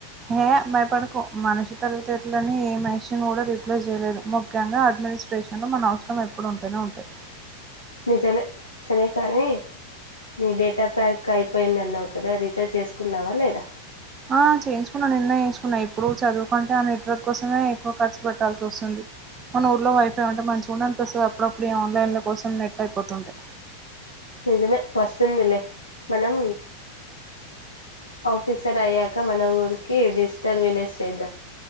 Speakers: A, on the right; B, on the left.
A: ఏ భయపడకో మనిషి తెలివితేటలని ఏ మెషిన్ కూడా రిప్లేస్ చేయలేదు ముఖ్యంగా అడ్మినిస్ట్రేషన్ లో మన అవసరం ఎప్పుడు ఉంటేనే ఉంటాయి
B: నిజమే సరే కానీ నీ డేటా ప్యాక్ అయిపోయింది అన్నావు కదా రీఛార్జ్ చేసుకున్నావా లేదా
A: ఆ చేయించుకున్నా నిన్న చేయించుకున్నా ఇప్పుడు చదువుకుంటే ఆ నెట్వర్క్ కోసమే ఎక్కువ ఖర్చు పెట్టాల్సి వస్తుంది మన ఊర్లో వైఫై అంటే మంచిగా ఉండడానికిపిస్తుంది అప్పుడప్పుడు ఈ ఆన్లైన్ల కోసం నెట్ అయిపోతుంటే
B: నిజమే వస్తుందిలే మనం ఆఫీసర్ అయ్యాక మన ఊరికి డిజిటల్ విలేజ్ చేద్దాం